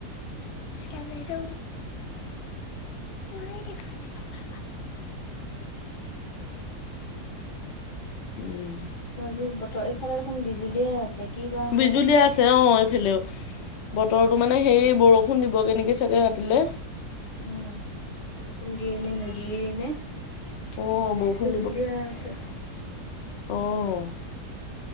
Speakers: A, on the left (about 75°); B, on the left (about 40°).
A: গাকাই দেখা ন <unintelligible> উম',
B: যি বতৰ এইফালে দেখোন বিজুলিয়ে আছে কি বা
A: বিজুলী
B: হয়।
A: আছে অ' এইফালেও। বতৰটো মানে সেই বৰষুণ দিব কেনেকৈ চাগৈ ৰাতিলৈ।
B: উম' বৰষুণ দিয়ে ন নিদিয়েই ন
A: অঁ বৰষুণ
B: বুজুলিয়ীয়া আছে।
A: অ',